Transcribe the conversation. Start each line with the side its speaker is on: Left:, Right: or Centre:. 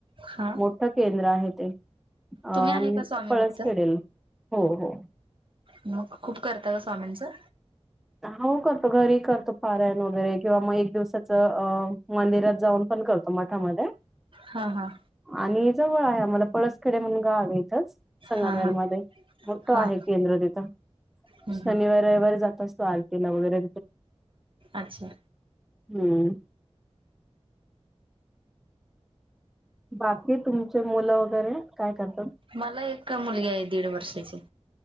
Right: हा
Centre: मोठं केंद्र आहे ते, अ
Right: तुम्ही आहे का स्वामी
Centre: पळसखेडेल.
Right: भक्त?
Centre: हो हो.
Right: मग खूप करता का स्वामींचं?
Centre: हो करतो, घरी करतो पारायण वगैरे किंवा मग एक दिवसाचं अ मंदिरात जाऊन पण करतो मठामध्ये
Right: हा हा.
Centre: आणि जवळ आहे आम्हाला पळस तकडे म्हण गाव इथंच संगमेर
Right: हा हा
Centre: मध्ये मोठं
Right: हा
Centre: आहे केंद्र तिथं
Right: हम्म
Centre: शनिवार,
Right: हम्म
Centre: रविवारी जात असतात. आरतीला वगैरे
Right: अच्छा
Centre: हम्म बाकी तुमचे मुलं वगैरे काय करतात?
Right: मला एक मुलगी आहे दीड वर्षाची.